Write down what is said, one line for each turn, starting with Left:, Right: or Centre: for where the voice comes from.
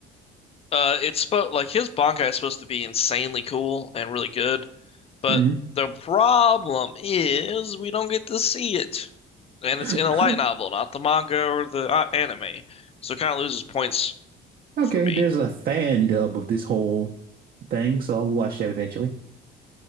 Left: uh, it's spo like his Bankai is supposed to be insanely cool and really good, But
Right: hmm
Left: the problem is we don't get to see it, and
Right: <laughs>
Left: it's in a light novel, not the manga or the uh, anime. So it kind of loses points
Right: Okay,
Left: for me.
Right: there's a fan dub of this whole thing, so I'll watch that eventually.